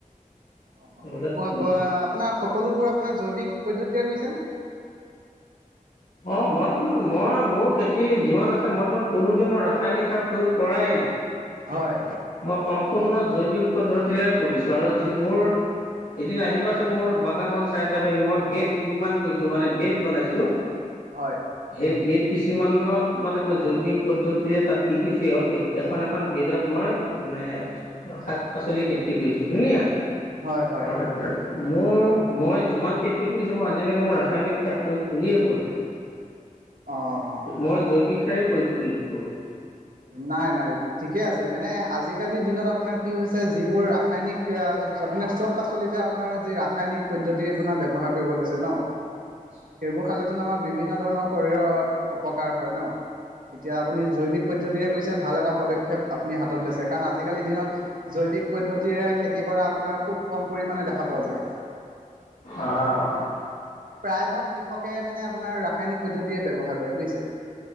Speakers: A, on the right; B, on the left.
A: অ
B: এইবিলাক কৰিছোঁ।
A: আপোনাৰ সকলোবোৰ আপোনাৰ জৈৱিক পদ্ধতিৰে কৰিছে নে
B: অ মইতো মই মোৰ খেতি যিমান আছে মই ত কোনোদিিন মই ৰাসায়নিক সাৰ প্ৰয়োগ কৰাে নাই
A: হয়
B: মই সম্পূৰ্ণ জৈৱিক পদ্ধতিৰে কৰিছো আৰু যি মোৰ এদিন আহিবাচোন মোৰাক দোকানখন চাই যাবহি মই বেড নিৰ্মাণ কৰিছো মানে বেড বনাইছো
A: হয়
B: সেই বেড কিছুমানত মানে মই জৈৱিক পদ্ধতিৰে তাত কি কৰিছোঁ এখন এখন বেদত মই মানে শাক পাচলি খেতি কৰিছোঁ ধুনীয়া
A: হয় হয়
B: আৰু মোৰ মই যিমান খেতি কৰিছোঁ মই আজিলৈকে মই ৰাসায়নিক সাৰ প্ৰয়োগ কৰিয়েই পোৱা নাই
A: অ
B: মই জৈৱিক সাৰেই প্ৰয়োগ কৰি কৰোঁ
A: নাই নাই ঠিকে আছে মানে আজিকালিৰ দিনত আপোনাৰ কি হৈছে যিবোৰ ৰাসায়নিক আপোনাৰ চব পাচলিতে আপোনাৰ যি ৰাসায়নিক পদ্ধতি আপোনাৰ ব্যৱহাৰ কৰিব লৈছে ন
B: <unintelligible>
A: সেইবোৰ খালেতো আমাৰ বিভিন্ন ধৰণৰ শৰীৰত অপকাৰ হয় ন এতিয়া আপোনাৰ জৈৱিক পদ্ধতিৰে কৰিছে ভাল এটা পদক্ষেপ আপুনি হাতত লৈছে কাৰণ আজিকালিৰ দিনত জৈৱিক পদ্ধতিৰে খেতি কৰা আপোনাৰ খুব কম পৰিমাণে দেখা পোৱা যায়
B: অহ
A: প্ৰায় ভাগ কৃষকে মানে আপোনাৰ ৰাসায়নিক পদ্ধতিযৰে ব্যৱহাৰ কৰে বুজিছে